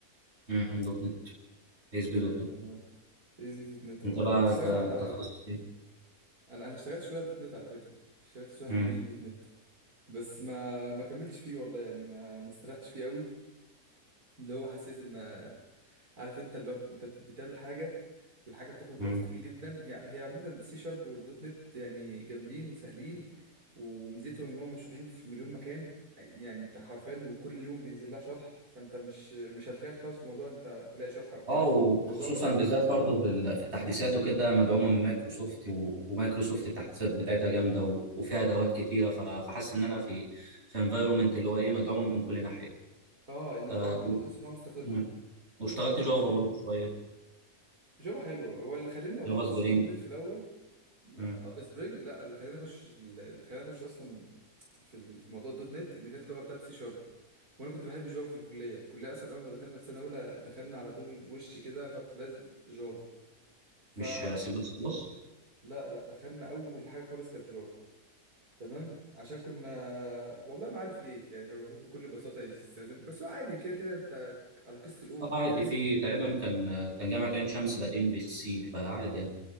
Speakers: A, on the right (about 45°); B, on the right (about 75°).
A: مم. دوت نت اس
B: جامد
A: بي دوت نت
B: والله إيه اس بي دوت نت اه
A: انت بقى
B: بتشتغل
A: انت انت
B: على
A: تخصص ايه؟
B: انا انا اشتغلت شويه دوت نت على فكره اشتغلت شويه
A: مم.
B: حلوين دوت نت بس ما ما كملتش فيه والله يعني ما ما استريحتش فيه قوي اللي هو حسيت ان عارف انت اللي هو انت بتعمل حاجه والحاجه بتاخد
A: مم.
B: وقت طويل جدا هي هي عامه السي شارب والدوت نت يعني جامدين وسهلين وميزتهم ان هم مشروحين في مليون مكان يعني انت حرفيا وكل يوم بينزل لها شرح فانت مش مش هتخايش خالص في موضوع انت تلاقي شرح او كده
A: اه وخصوصا
B: الموضوع بسيط
A: بالذات برضه بال- في التحديثات وكده مدعومه من مايكروسوفت و- ومايكروسوفت التحديثات بتاعتها جامده و- وفيها ادوات كتيره ف- فحاسس ان انا في في انفايرومنت اللي هو ايه مدعومه من كل ناحيه
B: اه الموضوع
A: آه
B: الموضوع تحس ان هو مستقر
A: مم. واشتغلت
B: فاهم
A: جافا
B: قصدي
A: برضه شويه
B: جافا حلوه هو اللي خلاني والله
A: جافا
B: اخش
A: سبرينج
B: دوت نت في الاول لا
A: مم.
B: اه سبرينج لا اللي خلاني اخش اللي خلاني اخش اصلا في ال- في موضوع الدوت نت ان كانت اللغه بتاعت سي شارب وانا كنت بحب جافا في الكليه الكليه اصلا اول ما دخلنا في سنه اولى دخلنا على طول وش كده خبط لزق جافا ف
A: مش سي بلس بلس
B: لا لا دخلنا اول حاجه خالص كانت جافا تمام عشان كنا والله ما عارف ليه يعني كان المفروض بكل بساطه يستخدم بس هو عادي كده كده انت على قصه الاو
A: اه
B: او بي
A: عادي
B: يعني
A: في تقريبا كان كان جامعه عين شمس بعدين بالسي فعادي يعني